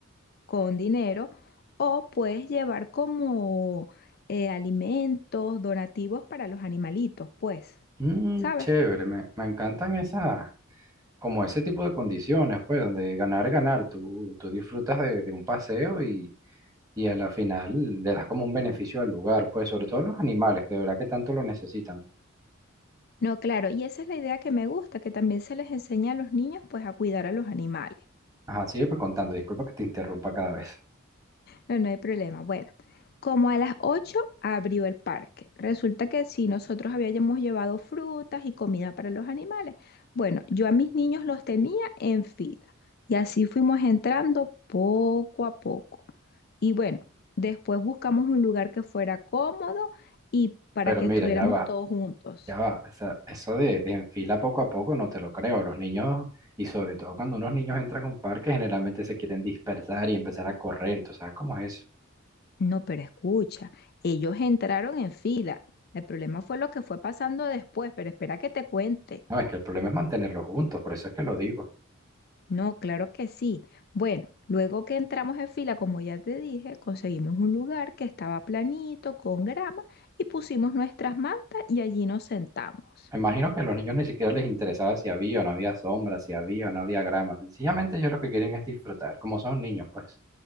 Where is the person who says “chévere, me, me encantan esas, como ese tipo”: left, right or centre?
Right